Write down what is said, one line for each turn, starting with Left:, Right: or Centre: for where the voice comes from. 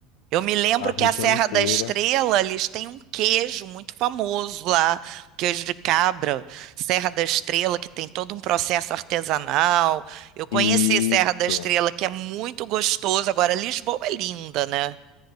Right: Eu me lembro
Left: a região
Right: que a Serra
Left: inteira.
Right: da Estrela, eles têm um queijo muito famoso lá, o queijo de cabra, Serra da Estrela, que tem todo um processo artesanal. Eu conheci
Left: Isso.
Right: Serra da Estrela, que é muito gostoso. Agora, Lisboa é linda, né?